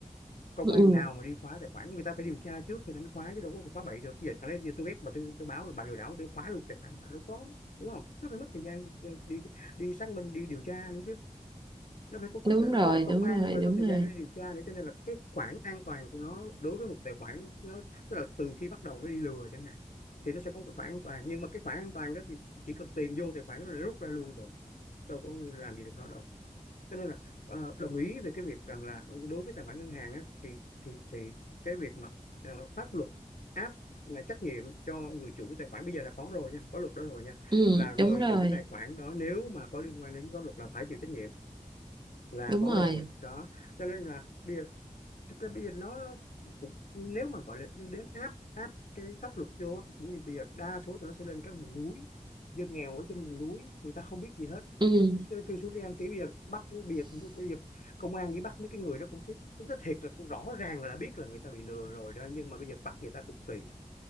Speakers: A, on the left; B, on the right.
A: công
B: Ừ.
A: an
B: ừ.
A: nào mà đi khóa tài khoản người ta phải điều tra trước người ta mới khóa chứ đâu có khóa bậy được giờ chẳng lẽ giờ tôi biết mà tôi, tôi báo là bà lừa đảo tôi khóa luôn tài khoản đâu có đúng không nó phải mất thời gian đi đi xác minh đi điều tra nữa chứ nó phải có cơ
B: đúng
A: sở
B: rồi
A: tức là công
B: đúng
A: an
B: rồi
A: nó phải
B: đúng
A: có thời
B: rồi
A: gian để điều tra nữa cho nên là cái khoảng an toàn của nó đối với một tài khoản nó tức là từ khi bắt đầu nó đi lừa chẳng hạn thì nó sẽ có một cái khoản an toàn nhưng mà cái khoản an toàn đó thì chỉ cần tiền vô tài khoản nó là rút ra luôn rồi đâu có làm gì được nó đâu cho nên là ờ, đồng ý về cái việc rằng là đối với tài khoản ngân hàng á, thì, thì thì cái việc mà ờ, pháp luật áp là trách nhiệm cho người chủ tài khoản bây giờ là có rồi nha có luật đó rồi nha
B: ừ
A: là người
B: đúng rồi
A: chủ tài khoản đó nếu mà có liên quan đến pháp luật là phải chịu trách nhiệm là
B: đúng
A: có
B: rồi
A: rồi đó cho nên là bây giờ thực ra bây giờ nó nó cũng nếu mà gọi là đến áp áp cái pháp luật vô á, cũng như bây giờ đa số tụi nó sẽ lên các vùng núi dân nghèo ở trên vùng núi người ta không biết gì hết
B: ừ
A: tôi tôi kêu xuống đi đăng ký bây giờ bắt nó- bây giờ bây giờ công an đi bắt mấy cái người đó cũng thích cũng nói thiệt là cũng rõ ràng là biết là người ta bị lừa rồi đó nhưng mà bây giờ bắt người ta cũng kỳ